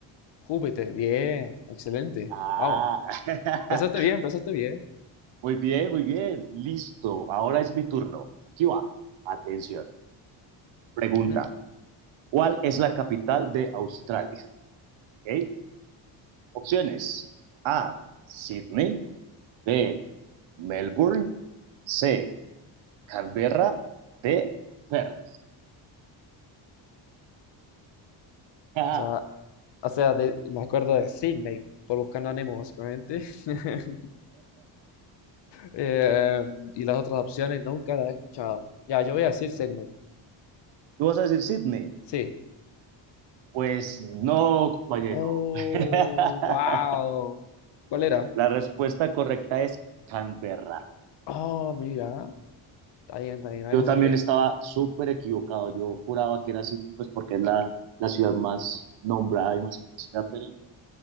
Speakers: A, on the left (about 60°); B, on the right (about 75°).
A: Júpiter, bien, excelente.
B: Ah,
A: Vamos.
B: <laughs>
A: Empezaste bien, empezaste bien.
B: muy bien, muy bien. Listo. Ahora es mi turno. Aquí va. Atención. Pregunta.
A: Ujú.
B: ¿Cuál es la capital de Australia? ¿Ok? Opciones. A. Sydney. B. Melbourne. C. Canberra. D. Perth. <laughs>
A: O sea, o sea de- me acuerdo de Sydney por Buscando a Nemo, básicamente. <laughs> Eh, y las otras opciones nunca las he escuchado. Ya, yo voy a decir Sydney.
B: ¿Tú vas a decir Sydney?
A: Sí.
B: Pues no, compañero.
A: Oh,
B: <laughs>
A: wow. ¿Cuál era?
B: La respuesta correcta es Canberra.
A: Oh, mira. Está bien, está bien. Algo
B: Yo
A: se
B: también
A: aprende,
B: estaba súper equivocado. Yo juraba que era Sydney, pues porque es la, la ciudad más nombrada y más conocida, pero no.